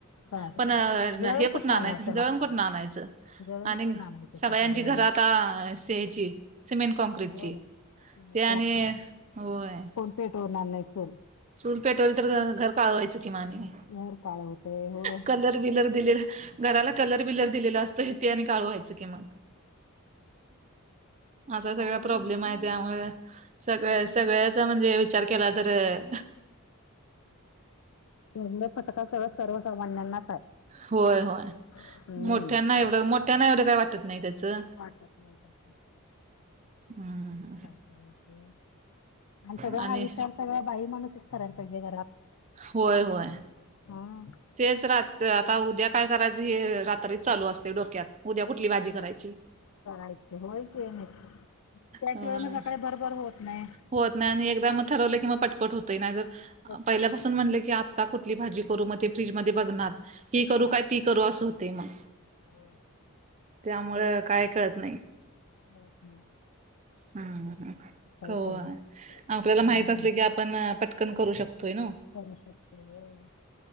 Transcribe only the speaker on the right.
पण
हे कुठं
आणायचं
जळण कुठून आणायचं.
आणि
सगळ्यांची
घरात स सिमेंट. कांक्र्रीटची
ते आणि होय.
चूल पेटवल तर घर काळवायचं किमाने.
कलर बलर दिलेला घराला कलर बिलर दिलेला असत. ेत आणि काळ व्हायचं की मग. असा सगळा
प्रॉब्लेम
आहे त्यामुळे सगळ
सगळ्याचा
म्हणजे. विचार केला तरर.
होय होय.
मोठ्यांना एवढं मोठ्यांना एवढं काय वाटत नाही त्याचं.
हम्म ह.
आणि
होय होय.
तेच रात आता उद्या काय करायचं हे रात्रीच चालू असते डोक्यात. उद्या कुठली भाजी
करायची
अ
होत नाही आणि एकदा मग ठरवलं की म पटपट होतय नाही जर
पहिल्यापासून म्हटले की. कुठली भाजी करू मग ते फ्रीज मध्ये बघणार ही करू
काय ती करू असं होते मग.
त्यामुळं काय कळत नाही.
हम ख
आपल्याला माहित
असलं की आप. आपण पटकन करू शकतोय ना.